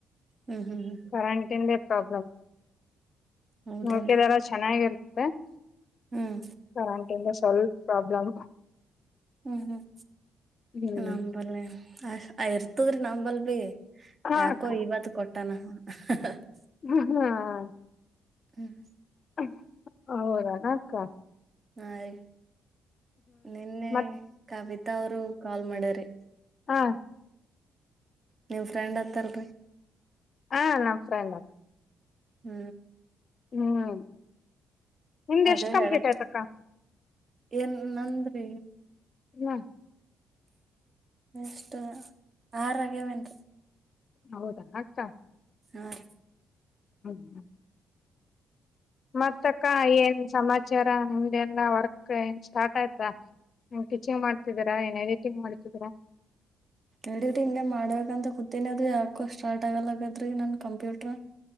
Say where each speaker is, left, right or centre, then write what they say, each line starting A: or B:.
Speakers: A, on the right; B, on the left.
A: ಹ್ಮ್ ಹ್ಮ್ ಹ್ಮ್
B: <unintelligible> ಪ್ರಾಬ್ಲಮ್
A: ಹೌದೇನ್ರಿ
B: ಸುಮ್ಕೆ ಇದಾರ ಚೆನ್ನಾಗಿರತ್ತ್ <unintelligible>
A: ಹ್ಮ್
B: ಕರೆಂಟಿಂದ್ ಸ್ವಲ್ವ್ ಪ್ರಾಬ್ಲಮ್
A: ಹ್ಮ್ ಹ್ಮ್
B: ಹ್ಮ್
A: ನಂಬಲೆ <unintelligible>
B: ಹ
A: ಯಾಕೋ
B: ಅಕ್ಕ
A: ಇವತ್ ಕೊಟ್ <unintelligible>
B: <unintelligible>
A: ಹ್ಮ್
B: <unintelligible> ಹೌದಾನಕ್ಕ?
A: ಹಾಯ್ ನಿನ್ನೆ
B: ಮತ್
A: ಕವಿತಾ ಅವ್ರು ಕಾಲ್ ಮಾಡ್ಯಾರ್ ಮತ್ತೆ
B: ಹಾ
A: ನಿಮ್ ಫ್ರೆಂಡ್ ಹತ್ತಲ್ರಿ?
B: ಹಾ ನಮ್ ಫ್ರೆಂಡಾರ್
A: ಹ್ಮ್
B: ಹ್ಮ್ ನಿಮ್ದ್
A: ಅದೇ
B: ಎಷ್ಟ್ ಕಂಪ್ಲೀಟ್
A: ಹೇಳ
B: ಆಯ್ತಕ್ಕ?
A: ಏನ್ ನಂದ್ರೀ?
B: <unintelligible>
A: ಎಷ್ಟ್? ಆರಾಗ್ಯಾವೇನ್ರಿ?
B: ಹೌದಾ ಅಕ್ಕ?
A: ಹಾ ರೀ.
B: ಹ್ಮ್ <unintelligible> ಮತ್ತಕ್ಕ ಏನ್ ಸಮಾಚಾರ ನಿಮ್ದಲ್ಲ ವರ್ಕ್ ಏನ್ ಸ್ಟಾರ್ಟ್ ಆಯ್ತಾ ಟೀಚಿಂಗ್ <unintelligible> ಮಾಡ್ತಿದ್ದೀರಾ ಏನ್ ಎಡಿಟಿಂಗ್ ಮಾಡ್ತಿದ್ದೀರಾ
A: ಎಡಿಟಿಂಗೆ ಮಾಡ್ಬೇಕಂತ ಕೂತಿನಿ ಅದು ಯಾಕೋ ಸ್ಟಾರ್ಟ್ ಆಗಲ್ಲಗತ್ರಿ <unintelligible> ನನ್ ಕಂಪ್ಯೂಟರ್